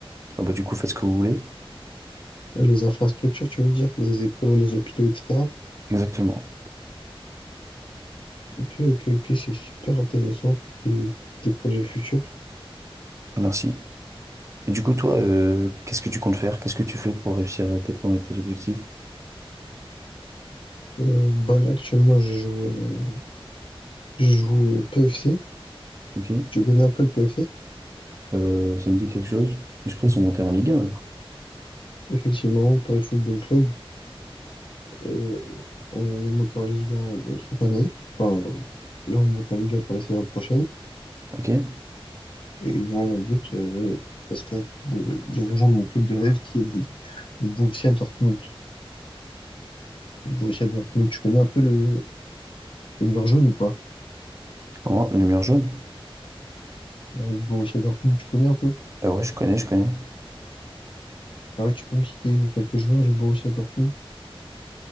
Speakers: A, on the right; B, on the left.
A: Ah bah, du coup, faites ce que vous voulez.
B: Les infrastructures, tu veux dire, les écoles, les hôpitaux, etc.
A: Exactement.
B: Ok, ok, ok, c'est super intéressant, tes, tes projets futurs.
A: Ah, Merci. Et du coup, toi, euh, qu'est-ce que tu comptes faire? Qu'est-ce que tu fais pour réussir euh, tes plans et tes objectifs?
B: Euh, bah là, actuellement, je joue, euh, je joue au PFC.
A: Ok.
B: Tu connais un peu le PFC?
A: Euh, ça me dit quelque chose. Je crois qu'ils sont montés en Ligue 1. eux.
B: Effectivement, Paris Football Club. euh, on est monté en Ligue 1 euh, cette année. Enfin, là, on monte en Ligue 1 pour la saison prochaine.
A: Ok.
B: Et moi, mon but, euh, ça serait de, de rejoindre mon club de rêve qui est le, le Borussia Dortmund. Le Borussia Dortmund, tu connais un peu le, le mur jaune ou pas?
A: Comment? Lumière jaune?
B: Ouais, Le Borussia Dortmund, tu connais un peu?
A: Euh, ouais, je connais, je connais.
B: Ah ouais, tu peux me citer quelques joueurs du Borussia Dortmund?